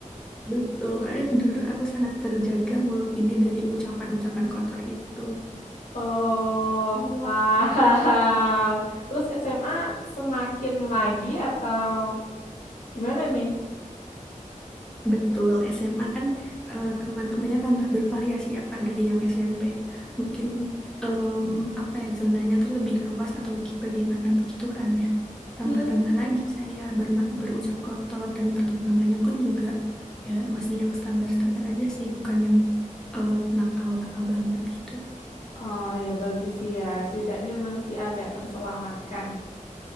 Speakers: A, in the centre; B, on the left.
A: Betul, karena dulu aku sangat terjaga mulut ini dari ucapan-ucapan kotor itu.
B: Oh, wow. Terus SMA semakin lagi atau gimana nih?
A: Betul, SMA kan eh, teman-temannya tambah bervariasi ya Kak dari yang SMP. Mungkin em, apa ya zonanya tuh lebih luas atau gi- bagaimana begitu kan ya. Tambah-tambah
B: Hmm,
A: lagi saya berma- berucap kotor dan pertemanannya pun juga ya masih yang standar-standar aja sih, bukan yang eh, nakal-nakal banget gitu.
B: Oh, ya bagus sih ya. Setidaknya masih agak terselamatkan.